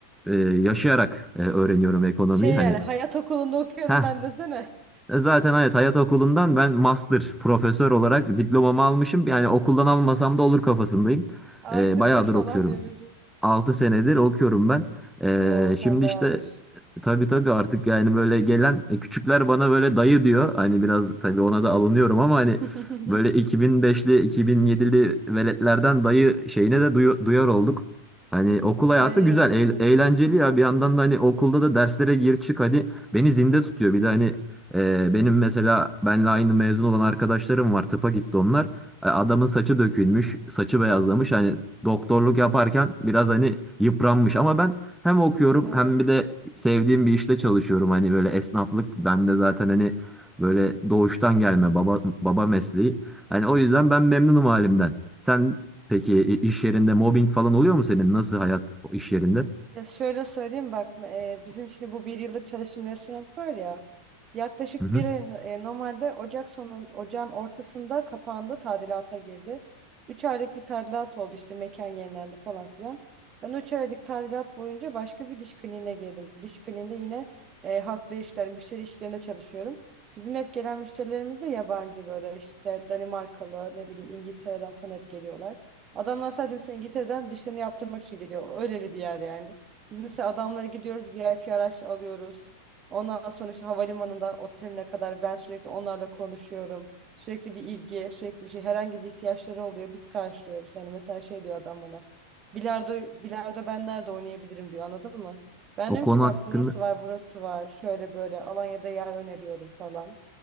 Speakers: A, in the centre; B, on the right.
A: e, yaşayarak e, öğreniyorum ekonomiyi.
B: Şey
A: Hani
B: yani hayat okulunda okuyorum
A: ha
B: ben desene.
A: e, Zaten evet hayat okulundan ben master profesör olarak diplomamı almışım. Yani okuldan almasam da olur kafasındayım.
B: <laughs> Artı
A: E, bayağıdır
B: bir falan
A: okuyorum.
B: diyormuşum.
A: 6 senedir okuyorum ben. E,
B: Oo sen
A: şimdi
B: bayağıdır.
A: işte e, tabii tabii artık yani böyle gelen e, küçükler bana böyle dayı diyor. Hani biraz tabii ona da alınıyorum
B: <laughs>
A: ama hani böyle 2005'li 2007'li veletlerden dayı şeyine de duyu- duyar olduk. Hani okul hayatı
B: Ay
A: güzel, eğl- eğlenceli ya. Bir yandan da hani okulda da derslere gir çık hadi beni zinde tutuyor. Bir de hani ee, benim mesela benle aynı mezun olan arkadaşlarım var. Tıpa gitti onlar. Ee, Adamın saçı dökülmüş, saçı beyazlamış. Hani doktorluk yaparken biraz hani yıpranmış ama ben hem okuyorum
B: evet.
A: hem bir de sevdiğim bir işte çalışıyorum. Hani böyle esnaflık bende zaten hani böyle doğuştan gelme baba baba mesleği. Hani o yüzden ben memnunum halimden. Sen peki i- iş yerinde mobbing falan oluyor mu senin? Nasıl hayat iş yerinde?
B: Ya şöyle söyleyeyim bak e, bizim şimdi bu bir yıldır çalıştığım restoran var ya yaklaşık
A: Hı hı.
B: bir ay e, normalde Ocak sonu ocağın ortasında kapandı tadilata girdi. 3 aylık bir tadilat oldu işte mekan yenilendi falan filan. Ben 3 aylık tadilat boyunca başka bir diş kliniğine girdim. Diş kliniğinde yine e, halkla işler, müşteri işlerinde çalışıyorum. Bizim hep gelen müşterilerimiz de yabancı böyle işte Danimarkalı ne bileyim İngiltere'den falan hep geliyorlar. Adamlar sadece mesela İngiltere'den dişlerini yaptırmak için geliyor. Öyle bir yer yani. Biz mesela adamlara gidiyoruz VIP araç alıyoruz. Ondan sonra işte havalimanından oteline kadar ben sürekli onlarla konuşuyorum. Sürekli bir ilgi, sürekli bir şey, herhangi bir ihtiyaçları oluyor. Biz karşılıyoruz. Hani mesela şey diyor adam bana. Bilardo, bilardo ben nerede oynayabilirim diyor anladın mı? Ben
A: O
B: diyorum
A: konu
B: ki bak
A: hakkında.
B: burası var, burası var. Şöyle böyle Alanya'da yer öneriyorum falan.